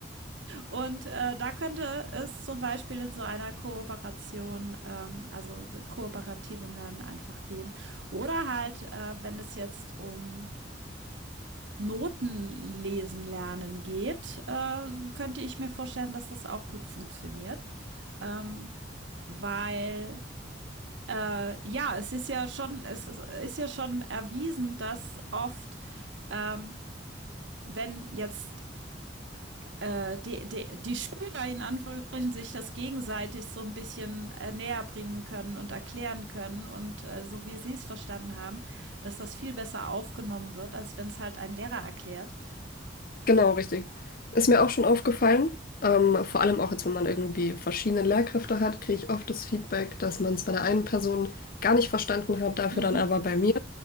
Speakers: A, on the right; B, on the left.
A: Und äh, da könnte es zum Beispiel in so einer Kooperation, ähm, also kooperativem Lernen einfach gehen. Oder halt, äh, wenn es jetzt um Noten lesen lernen geht, äh, könnte ich mir vorstellen, dass das auch gut funktioniert. Ähm, weil Äh, ja, es ist ja schon, es ist, ja schon erwiesen, dass oft, ähm, wenn jetzt äh, die, die, die Schüler in Anführungsstrichen sich das gegenseitig so ein bisschen äh, näher bringen können und erklären können und äh, so wie sie es verstanden haben, dass das viel besser aufgenommen wird, als wenn es halt ein Lehrer erklärt.
B: Genau, richtig. Ist mir auch schon aufgefallen. Ähm, vor allem auch jetzt, wenn man irgendwie verschiedene Lehrkräfte hat, kriege ich oft das Feedback, dass man es bei der einen Person gar nicht verstanden hat, dafür
A: Mhm.
B: dann aber bei mir.